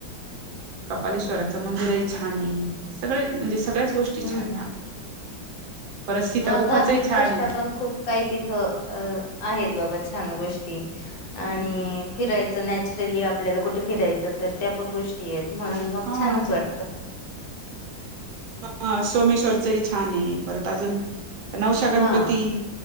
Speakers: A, on the right; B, on the left.
A: बालेश्वराचं मंदिरयी छाने. सगळे म्हणजे सगळ्याच गोष्टी
B: हम्म.
A: छाने. आपल्या इथे. परत सीता
B: हा
A: गुफाचही
B: धार्मिकदृष्ट्या
A: छान आहे.
B: पण खूप काही तिथं. अ आहेत बाबा छान गोष्टी. आणि
A: हम्म.
B: फिरायचं नॅचरली आपल्याला कुठे फिरायचं तर त्या पण गोष्टी आहेत म्हणून मग
A: हा
B: छानच वाटतं.
A: ह सोमेश्वरचंही छान आहे परत अजून नवसा गणपती
B: हा.